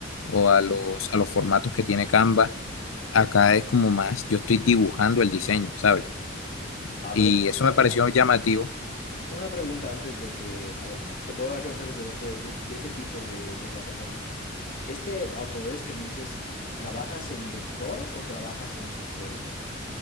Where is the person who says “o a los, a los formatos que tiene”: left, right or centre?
Left